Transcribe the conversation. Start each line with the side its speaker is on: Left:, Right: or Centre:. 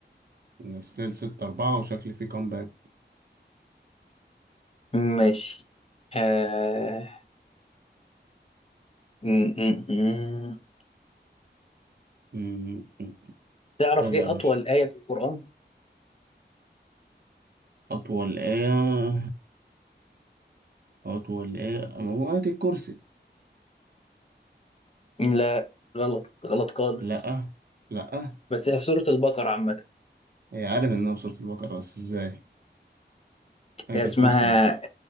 Right: ستيل ستة أربعة وشكلي في كومباك
Left: ماشي آه... م- م- م.
Right: مم، مم.
Left: تعرف
Right: يلا
Left: ايه
Right: يا باشا
Left: اطول آية في القرآن؟
Right: أطول إيه أطول إيه أما هو آية الكرسي
Left: لا غلط غلط خالص
Right: لأ لأ
Left: بس هي في سورة البقرة عامة
Right: هي عارف إنها بسورة البقرة بس إزاي آية
Left: هي اسمها
Right: الكرسي يعني